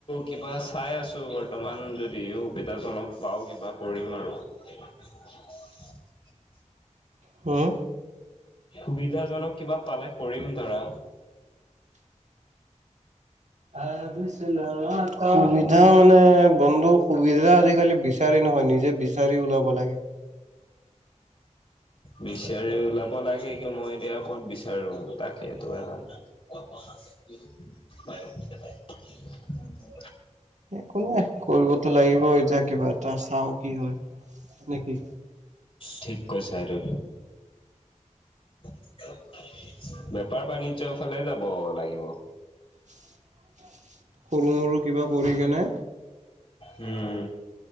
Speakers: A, on the left (about 45°); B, on the right (about 70°).
A: কিবা। চাই আছোঁ বৰ্তমান যদি সুবিধাজনক পাওঁ কিবা কৰিম আৰু। <unintelligible>
B: হম?
A: সুবিধাজনক কিবা পালে কৰিম ধৰা।
B: <unintelligible> সুবিধা মানে বন্ধুৰ সুবিধা আজিকালি বিচাৰি নহয় নিজে বিচাৰি ওলাব লাগে।
A: বিচাৰি ওলাব লাগে কিন্তু মই এতিয়া ক'ত বিচাৰো তাকে। <unintelligible>
B: কোনে? কৰিবতো লাগিবই, এতিয়া কিবা এটা চাওঁ কি হয়, নেকি।
A: ঠিক কৈছে আৰু। বেপাৰ বাণিজ্যৰ ফালে যাব লাগিব।
B: সৰু মৰু কিবা কৰি কেনে
A: উম।